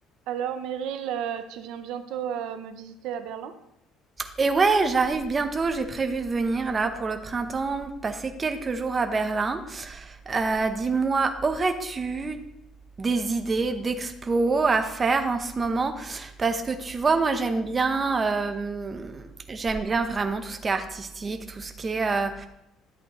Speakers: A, on the right; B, on the right.
A: Alors Meryl, euh, tu viens bientôt euh, me visiter à Berlin?
B: Et ouais, j'arrive bientôt, j'ai prévu de venir là pour le printemps, passer quelques jours à Berlin. Euh, dis-moi, aurais-tu des idées d'expos à faire en ce moment? Parce que tu vois, moi j'aime bien, euh, j'aime bien vraiment tout ce qui est artistique, tout ce qui est euh,